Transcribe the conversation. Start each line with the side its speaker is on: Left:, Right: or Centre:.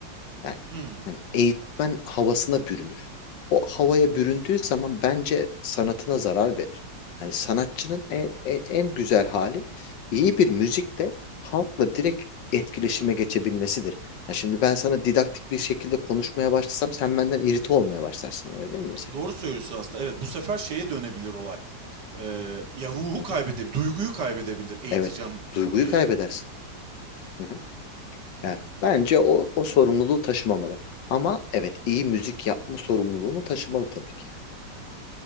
Left: Yani
Right: Hmm,
Left: hani eğitmen havasına bürünür. O havaya büründüğü zaman bence sanatına zarar verir. Hani sanatçının en, en, en güzel hali iyi bir müzikte halkla direkt etkileşime geçebilmesidir. Ya şimdi ben sana didaktik bir şekilde konuşmaya başlasam sen benden irite olmaya başlarsın öyle değil mi mesela?
Right: doğru söylüyorsun aslında. Evet bu sefer şeye dönebilir olay. Ee, ya ruhu
Left: Hı
Right: kaybedebilir,
Left: hı.
Right: duyguyu kaybedebilir eğiteceğim
Left: Evet. Duyguyu
Right: diyerekten.
Left: kaybedersin. Hı hı. Yani bence o, o sorumluluğu taşımamalı. Ama evet iyi müzik yapma sorumluluğunu taşımalı tabii ki.